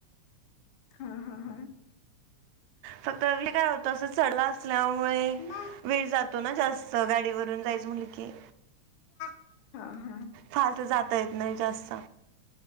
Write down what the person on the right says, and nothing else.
फक्त मी काय होतो अस चढला असत असल्यामुळे
वेळ जातो ना जास्त गाडीवरून जायच म्हटलं की
फास्ट जाता येत नाही जास्त